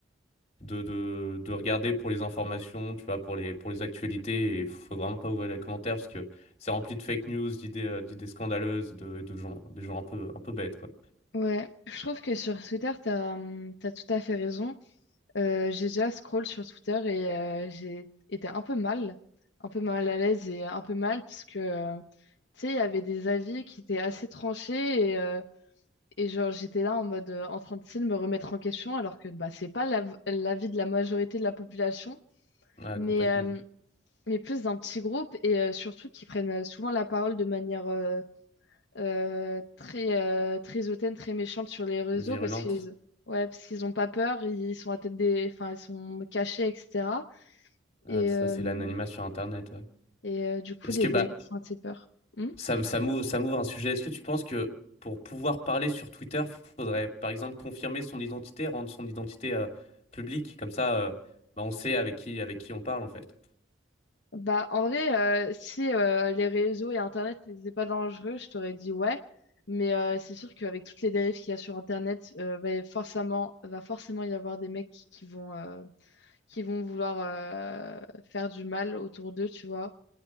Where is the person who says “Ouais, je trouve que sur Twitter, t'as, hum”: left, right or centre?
Left